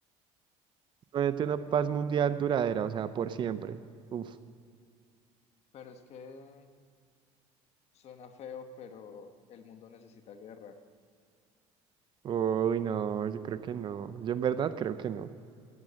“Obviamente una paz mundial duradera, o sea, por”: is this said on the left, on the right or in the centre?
Right